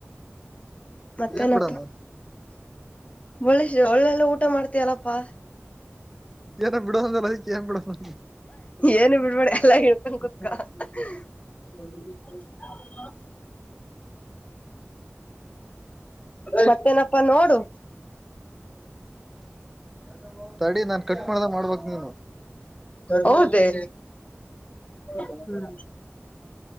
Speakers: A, on the left; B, in the centre.
A: ಮತ್ತೇನಪ್ಪ?
B: ಏನ್ ಬಿಡಣ
A: ಒಳ್ಳೆಸ ಒಳ್ಳೆಲ್ಲ ಊಟ ಮಾಡ್ತಿಯಲಪ್ಪಾ.
B: ಏನ ಬಿಡು ಅಂದಲ್ಲ ಅದಕ್ಕೆ ಏನ್ ಬಿಡಣ
A: ಏನು ಬಿಡ್ಬೇಡಿ ಎಲ್ಲ <unintelligible> ಗೋಸ್ಕರ <unintelligible> <inaudible> ಮತ್ತೇನಪ್ಪಾ ನೋಡು.
B: <inaudible> ಮಾಡ್ದ ಮಾಡ್ಬಕ್ ನೀನು
A: ಹೌದೇ? ಹ್ಮ್